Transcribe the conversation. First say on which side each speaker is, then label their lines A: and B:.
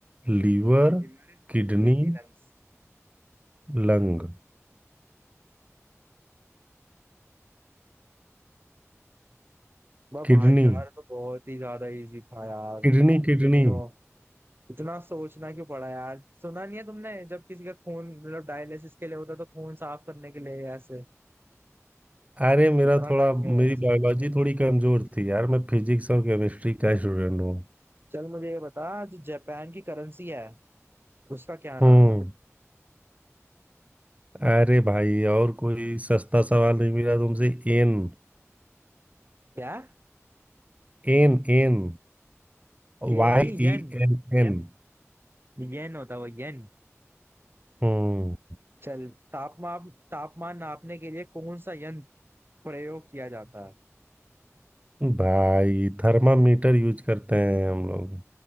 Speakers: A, on the right (about 25°); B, on the right (about 45°).
A: liver
B: Liver
A: kidney
B: kidney lungs
A: lung
B: वाह भाई
A: Kidney
B: यार तो बहुत ही ज्यादा इजी था यार
A: kidney
B: किडनियों
A: kidney
B: इतना सोचना क्यों पड़ा यार सुना नहीं है तुमने जब किसी का खून मतलब डायलिसिस के लिए होता है, तो खून साफ करने के लिए ऐसे
A: अरे मेरा
B: इतना
A: थोड़ा
B: टाइम नहीं होगा
A: मेरी बायोलॉजी थोड़ी कमजोर थी यार मैं फिजिक्स और केमिस्ट्री का स्टूडेंट हूँ
B: चल मुझे ये बता जो जापान की करेंसी है उसका क्या नाम
A: हम्म
B: है
A: अरे भाई और कोई सस्ता सवाल नहीं मिला तुमसे N
B: क्या
A: N N
B: के
A: Y
B: नहीं येन
A: E N
B: ये
A: N
B: येन होता है वो येन
A: हम्म
B: चल तापमान तापमान नापने के लिए कौन सा यंत्र प्रयोग किया जाता है
A: भाई थर्मामीटर यूज करते हैं हम लोग